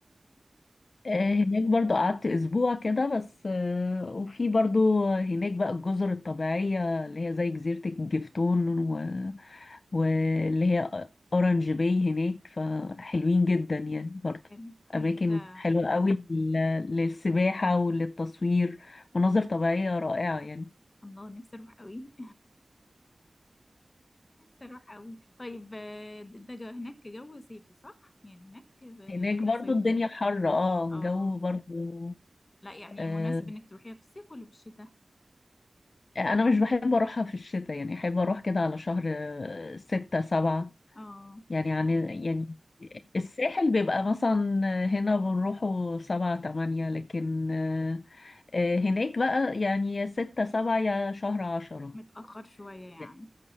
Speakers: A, on the left; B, on the left.
A: آه، هناك برضو قعدت أسبوع كده بس آه، وفي برضو هناك بقى الجزر الطبيعية اللي هي زي جزيرة الجفتون و... واللي هي أورانج باي هناك فحلوين جدا يعني برضو
B: حلو حلو
A: أماكن
B: ده
A: حلوة قوي لل- للسباحة وللتصوير مناظر طبيعية رائعة يعني
B: الله نفسي اروح قوي <laughs> نفسي اروح قوي طيب آه، ده جو هناك جو صيفي صح؟ يعني هناك آه،
A: هناك
B: رحلة
A: برضو
B: صيفية
A: الدنيا حر اه الجو
B: اه
A: برضو
B: لا يعني
A: آه،
B: مناسب انك تروحيها في الصيف ولا في الشتاء؟
A: أنا مش بحب أروحها في الشتاء يعني أحب أروح كده على شهر آه، ستة سبعة
B: اه
A: يعني يعني
B: ايوه
A: يعني الساحل بيبقى مثلا هنا بنروحه سبعة تمانية لكن آه، آه، هناك بقى يعني يا ستة سبعة يا شهر عشرة
B: متأخر شوية يعني
A: يعني